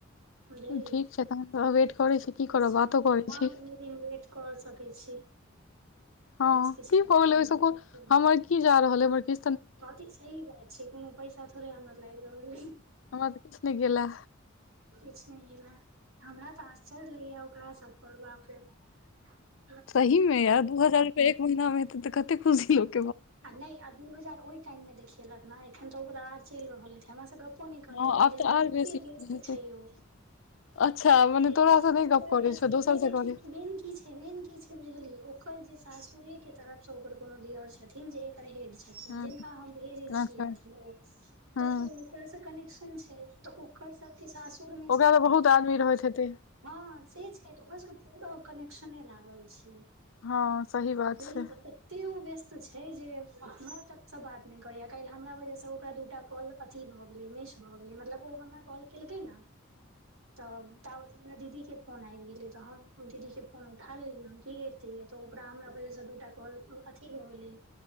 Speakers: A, on the right; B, on the left.
A: बुझली
B: ठीक छै तहन तऽ वेट करै छी की करब बातो करै
A: घनी
B: छी
A: दिन वेट कर <unintelligible> सकैत छी
B: हँ
A: भऽ सकै छै
B: की
A: कनि
B: भऽ गेलै
A: दिन
B: ओहिसँ
A: बाद
B: कोन
A: अथी
B: हमर की जा रहल अछि
A: कथी सही बात छैक कोनो पैसा थोड़े हमरा लागि रहल अछि
B: हमरा त किछ नहि गेला
A: किछ हमरा तऽ आश्चर्य लै ओकरा सब पर बाप रे बा
B: सही मे यार दू हजार रुपआ एक महीना मे हेतै तऽ कते खुशी ल
A: आ नहि आ दू हजार ओहि टाइम मे देखेलक ने एखन तऽ ओकरा आ चलि रहल हेतय हमरा सँ गप गपो नहि करैय
B: हँ आब
A: बुझली
B: तऽ आर
A: ततेक
B: बेसी
A: व्यस्त
B: भऽ जेतै
A: छैक ओ
B: अच्छा मने
A: देख
B: तोरा से
A: ओकरा
B: नहि गप करै
A: पास
B: छौ दोसर
A: नहि देखी
B: से करै
A: मेन की छै मेन की छै बुझलियै ओकर जे साास सूर्य केँ तरफ से ओकर कोनो दियोर छथिन जे छथीन
B: हँ
A: जिनका हम भेजे छिये
B: अच्छा
A: उनका
B: हँ
A: से कनी छै तऽ ओकर सबकेँ सासुर मे
B: ओकरा
A: सब
B: तऽ बहुत आदमी रहैत हेतै
A: हँ से छै तऽ ओरा सबकेँ पूरा कनेक्शने लागल छैक
B: हँ सही बात
A: नहि
B: छै
A: तते वो व्यस्त छैक हे जे हमरा तक से बात नहि करेया काल हमरा वजह से ओकरा दूटा कॉल मिस भऽ गेलय भ गेलय मतलब ओ हमरा कॉल केलकय न
B: <inaudible>
A: तऽ ताबत मे दीदी के फोन आबि गेलै तऽ हम दीदीके फोन उठा लेलियै हम की करितियै तऽ ओकरा हमरा वजहसँ दू टा कॉल अथी भऽ गेलै।